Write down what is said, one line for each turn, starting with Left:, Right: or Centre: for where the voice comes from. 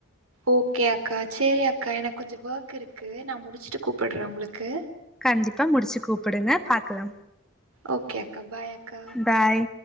Right: ஓகே அக்கா சேரி அக்கா எனக்கு கொஞ்சம் ஒர்க் இருக்கு நா முடிச்சிட்டு கூப்பட்றே உங்ளுக்கு
Centre: கண்டிப்பா முடிச்சு கூப்புடுங்க பாக்கலா
Right: ஓகே அக்கா பாய் அக்கா
Centre: பாய்